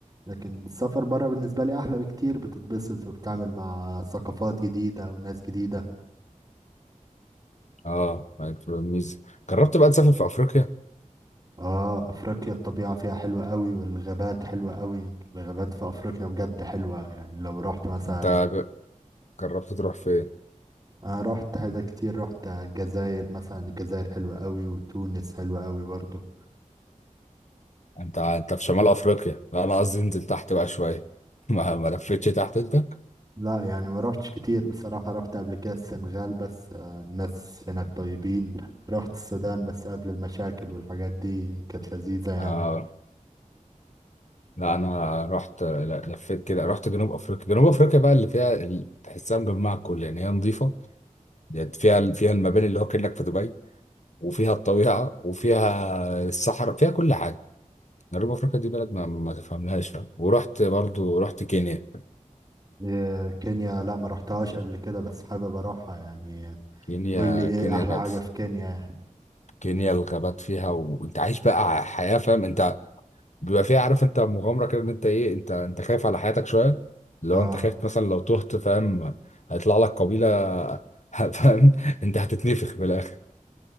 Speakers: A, on the right (about 30°); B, on the left (about 60°).
A: لكن السفر برا بالنسبة لي احلى بكتير بتتبسط وبتعمل مع ثقافات جديدة وناس جديدة
B: اه ما بتبقى الميزة جربت بقى تسافر في افريقيا
A: اه افريقيا الطبيعة فيها حلوة قوي والغابات حلوة قوي الغابات في افريقيا بجد حلوة يعني لو رحت مثلا
B: انت ج- جربت تروح فين
A: انا رحت حاجة كتير رحت الجزائر مثلا الجزائر حلوة قوي وتونس حلوة قوي برضه
B: انت انت في شمال افريقيا لا انا قصدي انزل تحت بقى شوية <laughs> ما ما لفتش تحت انت
A: لا يعني ما روحتش كتير بصراحة روحت قبل كده السنغال بس آه، الناس هناك طيبين روحت السودان بس قبل المشاكل والحاجات دي كانت لذيذة يعني
B: اه لا انا رحت لا لفيت كده رحت جنوب افريقيا جنوب افريقيا بقى اللي فيها اللي تحسها مجمعة كل يعني هي نظيفة يعني فيها فيها المباني اللي هو كأنك في دبي وفيها الطبيعة وفيها الصحراء فيها كل حاجة جنوب افريقيا دي بلد ما, ما تفهملهاش فاهم ورحت برضو رحت كينيا
A: آه، كينيا لا ما روحتهاش قبل كده بس حابب اروحها يعني
B: كينيا
A: قول لي ايه
B: كينيا
A: احلى
B: كانت
A: حاجة في كينيا يعني
B: كينيا الغابات فيها وانت عايش بقى حياة فاهم انت بيبقى فيها عارف انت مغامرة كده ان انت ايه انت انت خايف على حياتك شوية لو
A: اه
B: انت خايف مثلا لو تهت فاهم هيطلع لك قبيلة <laughs> فاهم انت هتتنفخ في الاخر